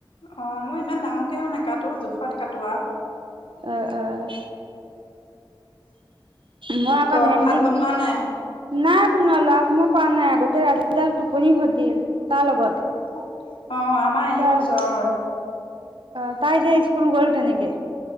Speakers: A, on the left; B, on the right.
A: অ, মই ইমান ডাঙৰকেও নাকাটো জোখত কটো আৰু।
B: উ- উ। মই আকৌ
A: ক
B: ভেন্দি
A: ভাত বনোৱা নাই
B: নাই বনোৱা, আজি মই কৰা নাই আগতে ৰাতিডাল টোপনি খতি কাৰ লগত?
A: অ, আমাৰ এইও
B: তাৰ
A: জ্বৰ।
B: অ, তাই যে স্কুল গ'ল তেনেকে?